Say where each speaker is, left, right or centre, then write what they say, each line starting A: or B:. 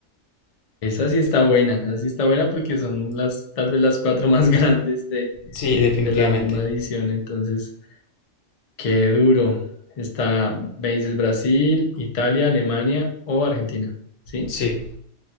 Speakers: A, on the left; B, on the left.
A: Esa sí está buena, esa sí está buena porque son las, tal vez las cuatro más <laughs> grandes de,
B: Sí, definitivamente.
A: de la misma edición. Entonces, qué duro. Está, me dices Brasil, Italia, Alemania o Argentina. ¿Sí?
B: Sí.